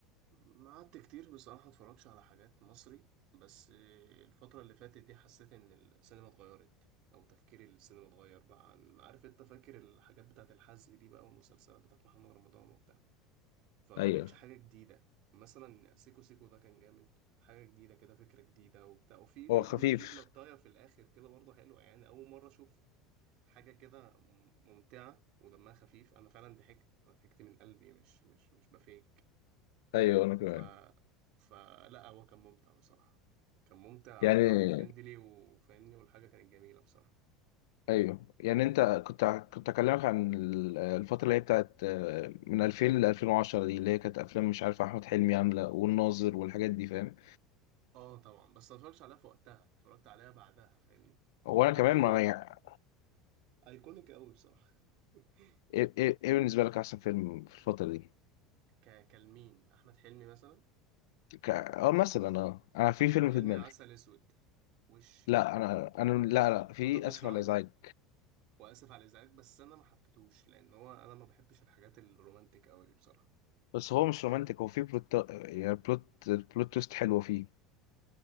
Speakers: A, on the right; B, on the left.
A: ما قعدت كتير بصراحة اتفرجش على حاجات مصري بس الفترة اللي فاتت دي حسيت ان السينما اتغيرت او تفكير السينما اتغير بقى عن عارف انت فاكر الحاجات بتاعت الحزق دي بقى والمسلسلات بتاعت محمد رمضان وبتاع فما
B: ايوه
A: لقيتش حاجة جديدة مثلا سيكو سيكو ده كان جامد حاجة جديدة كده فكرة جديدة وبتاع وفي في
B: هو خفيف
A: بل- في بلطاية في الآخر كده برضه حلوة يعني أول مرة أشوف حاجة كده ممتعة ودمها خفيف أنا فعلا ضحكت أنا ضحكت من قلبي مش مش مش بفيك
B: ايوه انا كمان
A: ف فلا هو كان ممتع بصراحة كان ممتع
B: يعني
A: وفاملي فريندلي وفاهمني والحاجة كانت جميلة بصراحة
B: ايوه يعني انت كنت كنت اكلمك عن ال- الفتره اللي هي بتاعت آه، من 2000 ل 2010 دي اللي هي كانت افلام مش عارف احمد حلمي عامله والناظر والحاجات دي فاهم
A: اه طبعا بس ما اتفرجتش عليها في وقتها اتفرجت عليها بعدها فاهمني
B: هو
A: الحاجات
B: انا كمان
A: دي
B: ما يعني
A: ايكونيك قوي بصراحة <laughs>
B: ايه إيه- إيه بالنسبه لك احسن فيلم في الفتره دي
A: ك... كالمين احمد حلمي مثلا
B: ك... اه مثلا اه انا في
A: احمد
B: فيلم
A: حلمي
B: في دماغي
A: عسل اسود وش
B: لا انا انا لا لا في
A: مطب
B: اسف
A: صناعي
B: على الازعاج
A: واسف على الازعاج بس انا ما حبيتهوش لان هو انا ما بحبش الحاجات الرومانتك قوي دي بصراحة
B: بس هو مش رومانتك هو في بلوت يعني بلوت بلوت تويست حلوه فيه